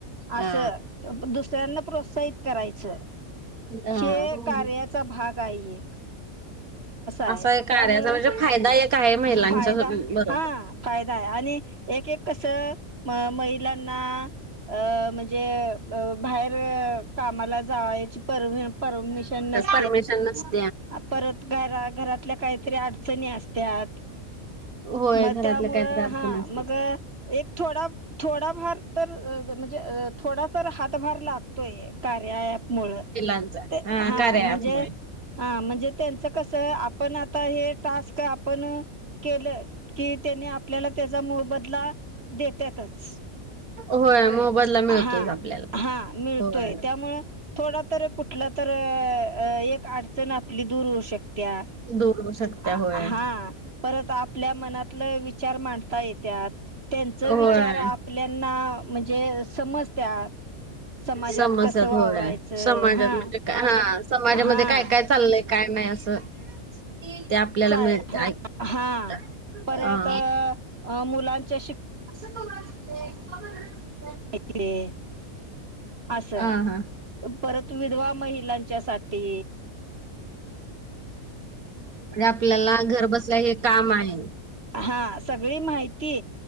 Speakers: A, on the right; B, on the right.
A: हा
B: आसं. दुसऱ्यांना प्रोत्साहित करायचं.
A: हा.
B: हे कार्याचा भागाय एक. आहे
A: असा एक कार्याचा
B: त्यामुळं
A: म्हणजे, फायदा एक आहे महिलांच्या
B: फायदा
A: सो बरोबर.
B: हा फायदा आहे. आणि एक- एक कसं, म महिलांना अ म्हणजे, बाहेर अ कामाला जायची पर परमिशन नस
A: परमेशन नसते.
B: परत घरा- घरातल्या काहीतरी अडचणी असत्यात.
A: होय
B: मग
A: घरातल्या
B: त्यामुळं
A: काहीतरी अडचणी
B: हा,
A: असतात.
B: मग एक थोडा- थोडा भार तर म्हणजे अ थोडा तर, हातभार लागतोय. कार्या ॲपमुळं.
A: त्यांचा.
B: ते
A: हा, कार्या
B: म्हणजे
A: ॲपमुळे.
B: हा, म्हणजे त्यांच कसं, आपण आता हे टास्क आपण, के केलं की, त्यानी आपल्याला त्याचा मोबदला, देत्यातच.
A: होय मोबदला मिळतोय
B: हा,
A: आपल्याला.
B: हा, मिळतोय.
A: होय
B: त्यामुळं, थोडतर कुठलं तर अ अ एक अडचण आपली, दूर होऊ शकत्या.
A: दूर होऊ शकत्या
B: आ
A: होय.
B: हा. परत आपल्या मनातलं विचार मांडता येत्यात. त्यांचं
A: होय.
B: विचार आपल्याना म्हणजे, समजत्यात. समाजात
A: समस्यात
B: कसं वावरायचं,
A: होय समाजात
B: हा.
A: म्हणजे हा, समाजामध्ये
B: हा
A: काय- काय चाललंय, काय नाही. असं. ते आपल्याला
B: चा
A: मिळत
B: हां.
A: ऐक
B: हां
A: हा.
B: परत मुलांच्या शिक्ष
A: असं, कसं असतय. <unintelligible>
B: <unintelligible> असं.
A: हा हा.
B: परत विधवा महिलांच्यासाठी.
A: आणि आपल्याला, घर बसल्या हे काम आहे.
B: हा सगळी माहिती